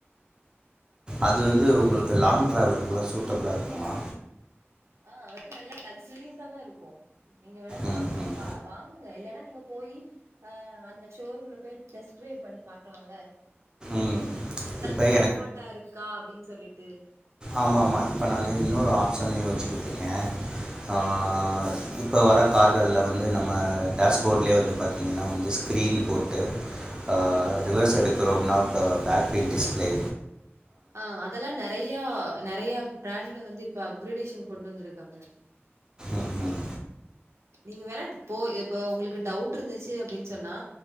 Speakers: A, on the right (about 20°); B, on the right (about 85°).
A: அது வந்து உங்களுக்கு லாங் ட்ராவலுக்குலா சூட்டபுளா இருக்குமா
B: ஆ அது நல்லா லக்சூரியஸா தா இருக்கு நீங்க வேணா
A: ம்
B: வாங்கி
A: ம்
B: பா வாங்குங்க இல்லன்னா நீங்க போயி அ அந்த ஷோரூம்ல போய் டெஸ்ட் ட்ரைவ் பண்ணி பாக்கலால்ல
A: ம்
B: உங்களுக்கு
A: இப்போ
B: கம்ஃபோட்டா இருக்கா அப்டின் சொல்லிட்டு
A: ஆமா ஆமா இப்ப நானு இன்னொரு ஆப்ஷனேய வச்சு ர்க்கே ஆ இப்போ வர கார்கள்ல வந்து நம்ம டேஷ்போட்லயே வந்து பாத்திங்கன்னா வந்து ஸ்க்ரீன் போட்டு ஆ
B: ம் ம்
A: ரிவர்ஸ் எடுக்குறோம்னா ஆ பேட்ரி டிஸ்ப்ளே
B: ஆ அதெல்லா நறையா நறையா ப்ராண்ட்ல வந்து இப்ப அப்க்ரடேஷன் கொண்டு வந்துருக்காங்க
A: ம் ம்
B: நீங்க வேணா போ இப்ப உங்களுக்கு டவுட்ருந்துச்சு அப்டின் சொன்னா